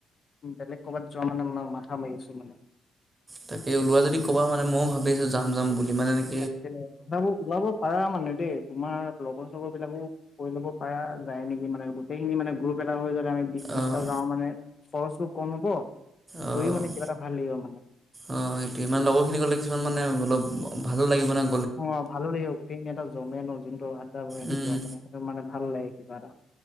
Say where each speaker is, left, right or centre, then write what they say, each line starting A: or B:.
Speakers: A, on the left; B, on the right.
A: বেলেগ ক'বাত যোৱা মানে ম-মাথা মাৰি আছোঁ মানে।
B: তাকে ওলোৱা যদি ক'বা মানে ময়ো ভাবিছোঁ যাম যাম বুলি মানে এ
A: তাকে ওলাব ওলাব পাৰা মানে দেই তোমাৰ লগৰ চগৰ বিলাকো কৈ ল'ব পৰা যায় নেকি মানে গোটেইখিনি মানে গ্ৰুপ এটা হৈ যায় আমি বিশ ত্ৰিশটা
B: অ'
A: যাওঁ মানে খৰচো কম হব
B: অ'
A: গৈও মানে কিবা এটা ভাল লাগিব মানে
B: অ', সেইটোৱেই আমাৰ লগৰ খিনি গ'লে কিছুমান মানে অলপ ভালো লাগিব ন।
A: অ', ভালো লাগিব গোটেইখিনি একদম জমে ন যোনটো আদ্দা বহে সেইটো
B: উম
A: জমে সেইটো মানে ভালো লাগে কিবা এটা